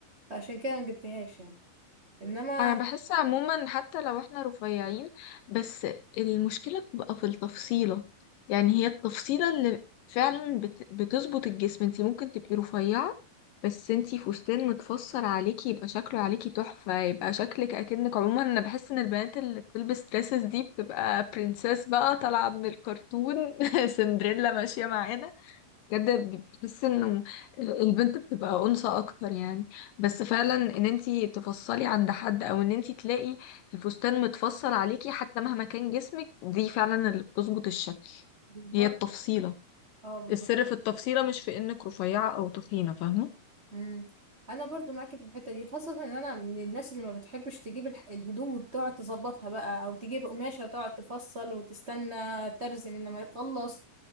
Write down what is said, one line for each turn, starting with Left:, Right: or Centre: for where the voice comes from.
Right: فعشان كده ما جبتهاش يعني انما
Left: انا بحس عموما حتى لو احنا رفيعين بس المشكلة بتبقى في التفصيلة يعني هي التفصيلة اللي فعلا بت... بتظبط الجسم انتي ممكن تبقي رفيعة بس انتي فستان متفصل عليكي يبقى شكله عليكي تحفة يبقى شكلك اكنك عموما انا بحس ان البنات اللي بتلبس دresses دي بتبقى برنسيس بقى طالعة من الكرتون <laughs> سندريلا ماشية معانا بجد بحس انه البنت بتبقى انثى اكتر يعني بس فعلا ان انتي تفصلي عند حد او ان انتي تلاقي الفستان متفصل عليكي حتى مهما كان جسمك دي فعلا اللي بتظبط الشكل
Right: بالظبط
Left: هي التفصيلة
Right: اه بالظبط
Left: السر في التفصيلة مش في انك رفيعة او تخينة فاهمة
Right: امم انا برضو معاكي في الحته دي خاصه ان انا من الناس اللي ما بتحبش تجيب الح- الهدوم وتقعد تظبطها بقى او تجيب قماشه تقعد تفصل وتستنى ترزي من لما يخلص